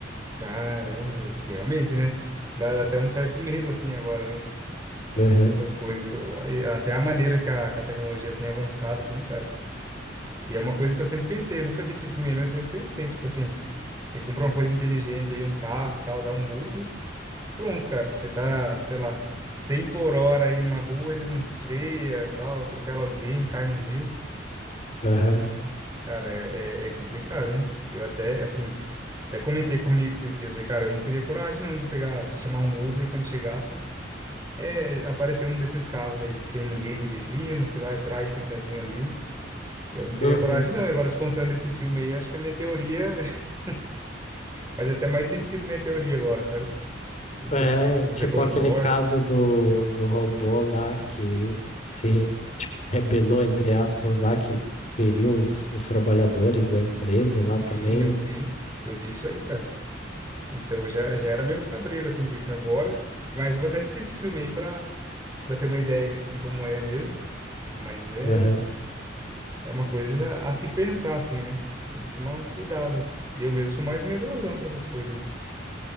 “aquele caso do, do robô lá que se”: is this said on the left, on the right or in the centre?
Left